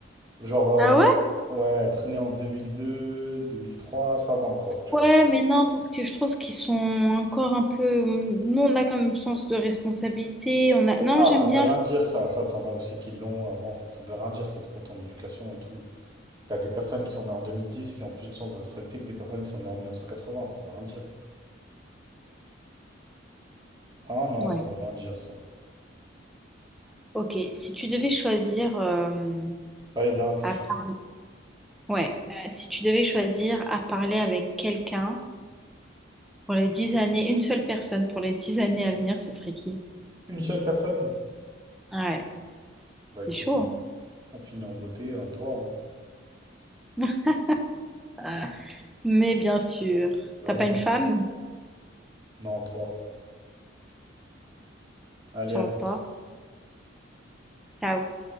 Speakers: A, on the right (about 20°); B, in the centre.
A: Genre, euh,
B: Ah ouais?
A: ouais, traîner en deux mille deux deux mille mille trois ça va encore, tu
B: Ouais,
A: vois.
B: mais non, parce que je trouve qu'ils sont encore un peu. Nous, on a quand même sens de responsabilité. On a.
A: Mais
B: Non,
A: là,
B: j'aime
A: ça veut
B: bien
A: rien
B: le.
A: dire, ça. Ça, t'en as aussi qui l'ont avant. Enfin, ça veut rien dire, ça dépend de ton éducation et tout. T'as des personnes qui sont nées en 2010 qui ont plus de sens de responsabilité que des personnes qui sont nées en 1980, ça veut rien dire. Ah non,
B: Ouais.
A: ça veut rien dire, ça.
B: Ok, si tu devais choisir euh,
A: Allez, dernière question.
B: à par- ouais, euh, si tu devais choisir à parler avec quelqu'un pour les dix années, une seule personne pour les dix années à venir, ce serait qui?
A: Une seule personne?
B: Ouais,
A: Bah écoute,
B: c'est chaud,
A: on,
B: hein.
A: on finit en beauté, en toi, hein.
B: <laughs> Euh, Mais bien sûr,
A: Vraiment.
B: t'as pas une femme?
A: Non, toi. Allez,
B: Ça
A: à
B: va
A: tout.
B: pas. Ciao.